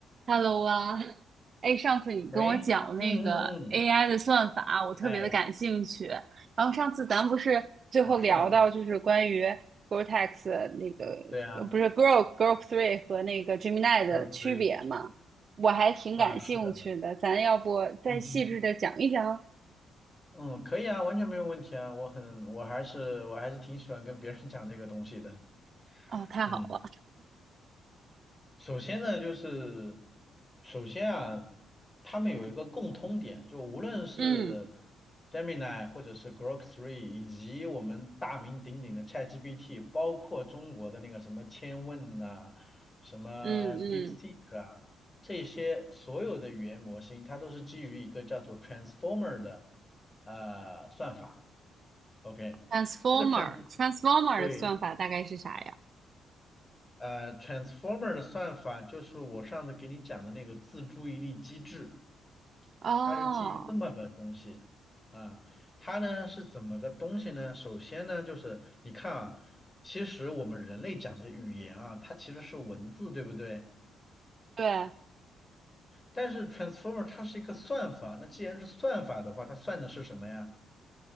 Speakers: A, on the right (about 50°); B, on the left (about 20°).
A: Hello 啊，哎，上次你跟我讲那个
B: 喂，嗯嗯嗯，
A: AI 的算法，我特别的感兴趣。
B: 哎，
A: 然后上次咱不是最后聊到就是关于
B: 哦，是吗？
A: Gore-Tex 那个呃不是
B: 对啊 s
A: Grok Grok Three 和那个 Gemini
B: t
A: 的区别吗？
B: r o k r e e
A: 我还挺感兴趣的，
B: 啊，是的，
A: 咱要不再细致的讲一讲？
B: 嗯嗯嗯，可以啊，完全没有问题啊，我很，我还是我还是挺喜欢跟别人讲这个东西的，
A: 哦，太好了。
B: 嗯。首先呢，就是首先啊，他们有一个共通点，就无论是
A: 嗯
B: Gemini 或者是 Grok 3，以及我们大名鼎鼎的 ChatGPT，包括中国的那个什么千问呐、什么
A: 嗯嗯，
B: DeepSeek 啊，这些所有的语言模型，它都是基于一个叫做 Transformer 的呃算法。OK，
A: Transformer，Transformer
B: 这个 trans 对。
A: 的算法大概是啥呀？
B: 呃，Transformer 的算法就是我上次给你讲的那个自注意力机制，
A: 哦，
B: 它是基于这么个东西啊。它呢是怎么个东西呢？首先呢，就是你看啊，其实我们人类讲的语言啊，它其实是文字，对不对？
A: 对，
B: 但是 Transformer 它是一个算法，那既然是算法的话，它算的是什么呀？